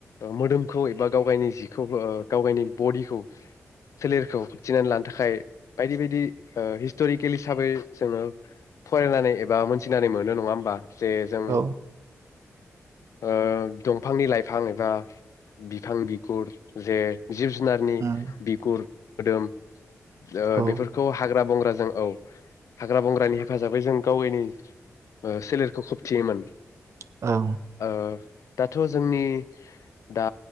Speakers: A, on the left; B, on the right.
A: मोदोमखौ एबा गाव गायनि जिखौ गाव गायनि बडिखौ सोलेरखौ होबथिनानै लानो थाखाय बायदि बायदि हिस्ट'रिकेल हिसाबै जोङो फरायनानै एबा मोनथिनानै मोनो नङा होमबा जे जों
B: औ
A: <unintelligible> ओ दंफांनि लाइफां एबा बिफां बिगुर जे जिब जुनारनि
B: उम
A: बिगुर खोदोम ओ
B: औ
A: बेफोरखौ हाग्रा बं ओ जों औ हाग्रा बंग्रानि हेफाजाबै जों गावनि ओ सोलेरखौ खोबथियोमोन
B: औ
A: ओ दाथ' जोंनि दा